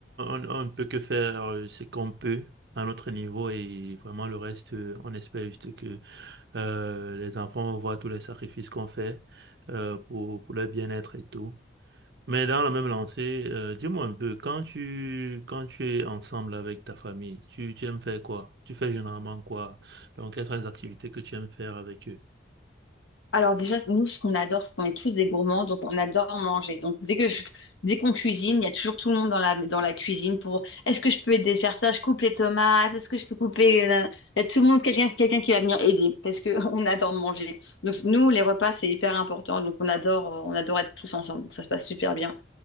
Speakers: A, on the right; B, on the left.
A: on, on on ne peut que faire euh, ce qu'on peut à notre niveau et vraiment le reste, euh, on espère juste que euh, les enfants voient tous les sacrifices qu'on fait euh, pour, pour leur bien-être et tout. Mais dans la même lancée, euh, dis-moi un peu, quand tu, quand tu es ensemble avec ta famille, tu, tu aimes faire quoi? Tu fais généralement quoi? Donc, quelles sont les activités que tu aimes faire avec eux?
B: Alors déjà, nous, ce qu'on adore, c'est qu'on est tous des gourmands, donc on adore manger. Donc dès que je- dès qu'on cuisine, il y a toujours tout le monde dans la, dans la cuisine pour est-ce que je peux aider à faire ça? Je coupe les tomates, est-ce que je peux couper... la- Il y a tout le monde, quelqu'un quelqu'un qui va venir aider parce que <laughs> on adore manger. Donc nous, les repas, c'est hyper important. Donc on adore, euh, on adore être tous ensemble. Donc ça se passe super bien.